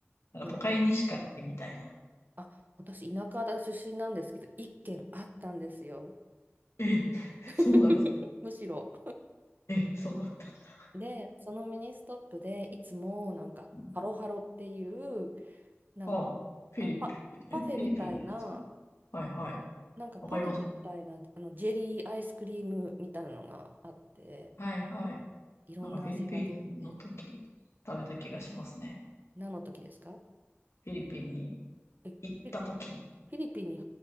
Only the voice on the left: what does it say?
なんか都会にしかないみたいな。
え、
そうなんですか。
え、そうだったんだ。
うん
あ、フィリピン、
え、フィリピンのやつかな。はいはい。
わかります。はいはい。
なんかフィリピンの時食べた気がしますね。
フィリピンに
行った時に。